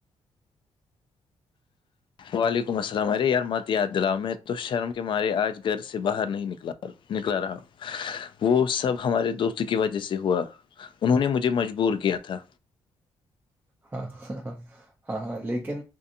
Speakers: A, on the left; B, on the right.
A: وعلیکم السلام ارے یار مت یاد دلاؤ میں تو شرم کے مارے آج گھر سے باہر نہیں نکلا نکلا رہا وہ سب ہمارے دوست کی وجہ سے ہوا انہوں نے مجھے مجبور کیا تھا
B: ہاں ہ ہ ہاں ہاں لیکن